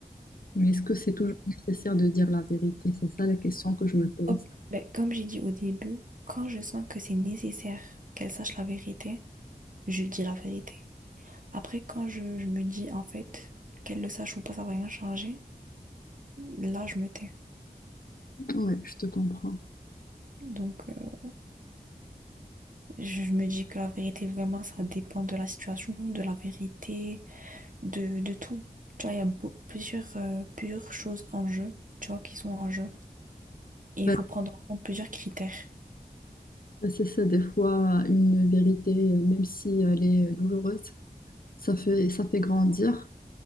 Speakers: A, on the left; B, on the right.
A: mais est-ce que c'est toujours nécessaire de dire la vérité? C'est ça la question que je me pose.
B: Ok, Ben, comme j'ai dit au début, quand je sens que c'est nécessaire qu'elle sache la vérité, je dis la vérité. Après, quand je, je me dis, en fait, qu'elle le sache ou pas, ça va rien changer, là, je me tais.
A: Ouais, je te comprends.
B: Donc, euh, je me dis que la vérité, vraiment, ça dépend de la situation, de la vérité, de, de tout. Tu vois, il y a beau- plusieurs, euh, plusieurs choses en jeu, tu vois, qui sont en jeu. Et il
A: Ben,
B: faut prendre en compte plusieurs critères.
A: c'est ça, des fois, une vérité, euh, même si elle est douloureuse, ça fait, ça fait grandir